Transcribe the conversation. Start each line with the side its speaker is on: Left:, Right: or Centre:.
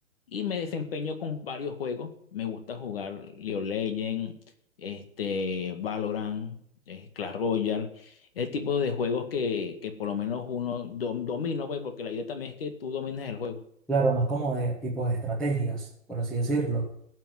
Left: y me desempeño con varios juegos. Me gusta jugar League of Legends, este, Valorant, eh, Clash Royale, el tipo de juegos que, que por lo menos uno dom- domina, pues, porque la idea también es que tú domines el juego.
Centre: Claro, más como de tipo de estrategias, por así decirlo.